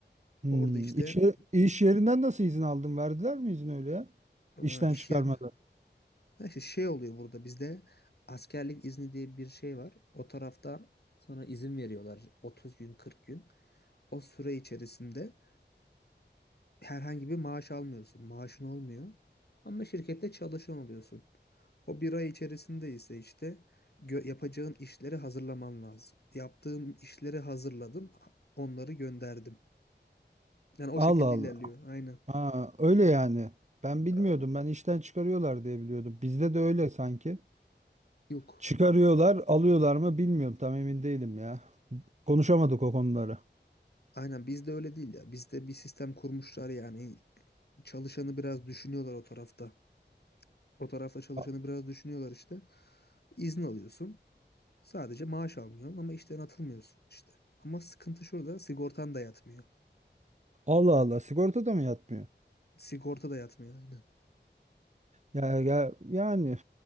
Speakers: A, on the right (about 40°); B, on the left (about 60°).
A: Hmm,
B: Orada işte
A: iş, ye- iş yerinden nasıl izin aldın? Verdiler mi izin öyle ya?
B: ıı,
A: İşten
B: iş
A: çıkarmadan.
B: yerinde Ha işte şey oluyor burada bizde askerlik izni diye bir şey var. O tarafta sana izin veriyorlar 30 gün 40 gün. O süre içerisinde herhangi bir maaş almıyorsun. Maaşın olmuyor. Ama şirkette çalışan oluyorsun. O bir ay içerisinde ise işte gö- yapacağın işleri hazırlaman lazım. Yaptığım işleri hazırladım. Onları gönderdim. Yani o
A: Allah
B: şekilde
A: Allah.
B: ilerliyor. Aynen.
A: Ha, öyle yani. Ben bilmiyordum.
B: Aa,
A: Ben işten çıkarıyorlar diye biliyordum. Bizde de öyle sanki.
B: yok.
A: Çıkarıyorlar, alıyorlar mı bilmiyorum. Tam emin değilim ya. Konuşamadık o konuları.
B: Aynen bizde öyle değil ya. Bizde bir sistem kurmuşlar yani. Çalışanı biraz düşünüyorlar o tarafta. O tarafta çalışanı
A: A-
B: biraz düşünüyorlar işte. İzin alıyorsun. Sadece maaş almıyorsun ama işten atılmıyorsun işte. Ama sıkıntı şurada sigortan da yatmıyor.
A: Allah Allah. Sigorta da mı yatmıyor?
B: Sigorta da yatmıyor aynen.
A: Ya, ya yani